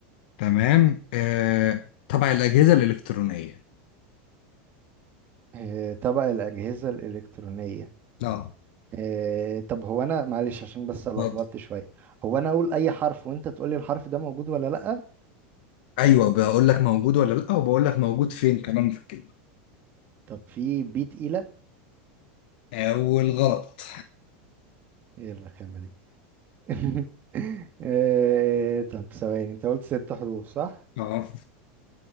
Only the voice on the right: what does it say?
آه طبق الأجهزة الإلكترونية
آه طب هو أنا معلش عشان بس لخبطت
شوية هو أنا أقول أي حرف وأنت تقول لي الحرف ده موجود ولا لأ
طب في بي تقيلة
إيه الرخامة دي <laughs> آه طب ثواني أنت قلت ست حروف صح؟